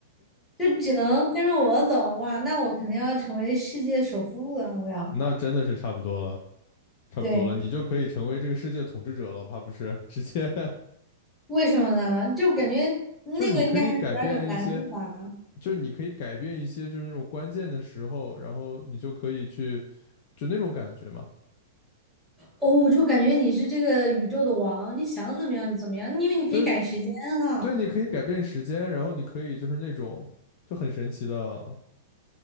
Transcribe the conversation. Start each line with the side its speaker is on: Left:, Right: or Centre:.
Centre: 就只能跟着我走，哇，那我肯定要成为世界首富了，我要。
Left: 那真的是差不多了，差不多了，
Centre: 对，
Left: 你就可以成为这个世界统治者了，怕不是？直接
Centre: 为什么呢？就感觉那个应该还是比较有难度吧。
Left: <laughs> 就是你可以改变一些。就是你可以改变一些，就是那种关键的时候，然后你就可以去，就那种感觉嘛。
Centre: 哦，我就感觉你是这个宇宙的王，你想怎么样就怎么样，因为你可以改时间哈，
Left: 对对，你可以改变时间，然后你可以就是那种就很神奇的，